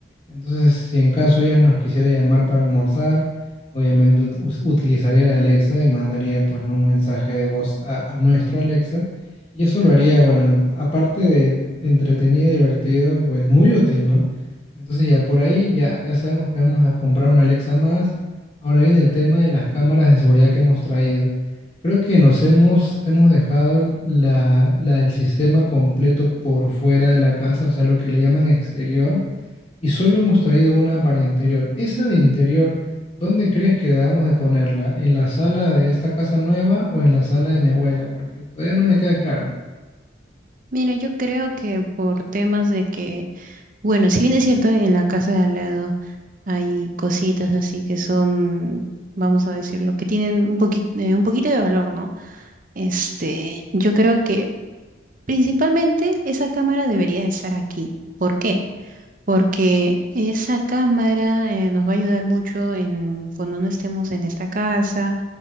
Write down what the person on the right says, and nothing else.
Mira, yo creo que por temas de que, bueno, si bien es cierto, en la casa de al lado hay cositas así que son, vamos a decirlo, que tienen un poquito, un poquito de valor, ¿no? Este, yo creo que Principalmente esa cámara debería estar aquí. ¿Por qué? Porque esa cámara eh, nos va a ayudar mucho en cuando no estemos en esta casa.